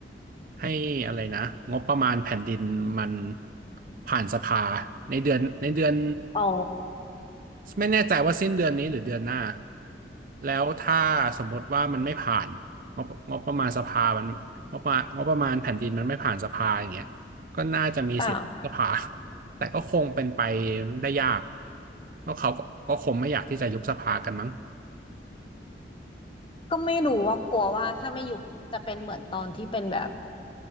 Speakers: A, on the right (about 50°); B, on the left (about 30°).
A: ให้อะไรนะงบประมาณแผ่นดินมันผ่านสภาในเดือนในเดือน
B: อ๋อ
A: ไม่แน่ใจว่าสิ้นเดือนนี้หรือเดือนหน้าแล้วถ้าสมมติว่ามันไม่ผ่านงบงบประมาณสภามันงบประมาณงบประมาณแผ่นดินมันไม่ผ่านสภาอย่างเงี้ยก็น่าจะมีสิทธิ์สภา
B: อ่าว
A: <laughs> แต่ก็คงเป็นไปได้ยากเพราะเขาก็ก็คงไม่อยากที่จะยุบสภากันมั้ง
B: ก็ไม่รู้ว่ากลัวว่าถ้าไม่ยุบจะเป็นเหมือนตอนที่เป็นแบบ